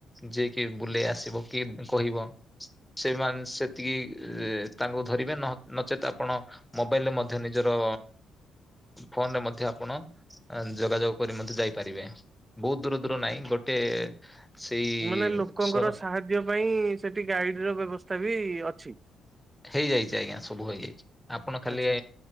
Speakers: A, in the centre; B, on the right.
A: ଯିଏକି ବୁଲେଇ ଆସିବ କି କହିବ ସେମାନ୍ ସେତିକି ତାଙ୍କୁ ଧରିବେ ନ ନଚେତ୍ ଆପଣ ମୋବାଇଲ୍ ମଧ୍ୟ ନିଜର ଫୋନ୍ ରେ ମଧ୍ୟ ଆପଣ ଯୋଗାଯୋଗ କରି ମଧ୍ୟ ଯାଇପାରିବେ। ବହୁତ ଦୂର ଦୂର ନାଇଁ ଗୋଟେ ସେଇ
B: ମାନେ ଲୋକଙ୍କର
A: ସ
B: <inaudible> ପାଇଁ ସେଠି ଗାଇଡ୍ ର ବ୍ୟବସ୍ଥା ବି ଅଛି।
A: ହେଇଯାଇଛି ଆଜ୍ଞା ସବୁ ହେଇଯାଇଚି ଆପଣ ଖାଲି
B: ଆଚ୍ଛା